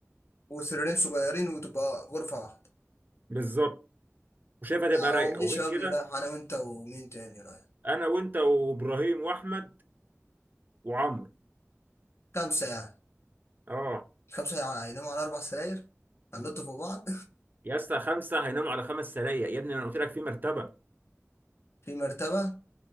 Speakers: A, on the left; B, on the right.
A: وسريرين صغيرين وتبقى غرفة واحدة
B: بالظبط وشايفها
A: لا
B: تبقى رايقه
A: هو مين
B: وغير
A: الشباب
B: كده
A: اللي رايح انا وانت ومين تاني رايح
B: انا وانت وابراهيم واحمد وعمرو
A: خمسة يعني
B: اه
A: خمسة يعني هيناموا على اربع سراير هنلطوا في بعض
B: يا اسطى خمسه هيناموا على خمس سرايا يا ابني انا قلت لك في مرتبه
A: <laughs> في مرتبة